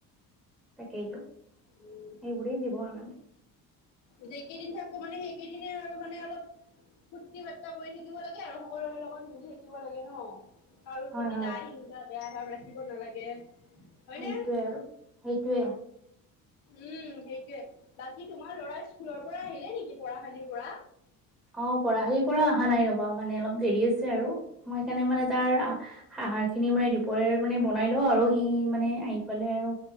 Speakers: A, in the centre; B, on the left.
A: তাকেইতো।
B: উম
A: এইবৰে জীবন আৰু
B: যেই কেইদিন থাকো মানে সেইকেইদনে আৰু মানে অলপ। ফূৰ্তি বাৰ্তা কৰি থাকিব লাগে আৰু সকলোৰে লগত মিলি থাকিব লাগে ন কাৰো
A: হয়
B: প্ৰতি
A: হয়
B: দা হিংসা বেয়া ভাৱ ৰাখিব নালাগে হয়নে
A: সেইটোৱে আৰু সেইটোৱে।
B: উম সেইটয়ে বাকী তোমাৰ ল'ৰা স্কুলৰ পৰা আহিলে নেকি পঢ়াশালিৰ পৰা
A: অ' পঢ়া শালিৰ পৰা অহা নাই ৰ'বা মানে অলপ দেৰি আছে আৰু মই সেইকাৰণে মানে তাৰ আহাৰ খিনি মানে দুপৰ মানে বনাই ল আৰু সি মানে আহি পেলাই আৰু